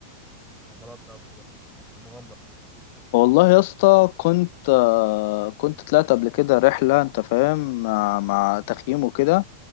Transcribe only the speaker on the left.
والله يا اسطى كنت آه، كنت طلعت قبل كده رحلة انت فاهم مع, مع تخييم وكده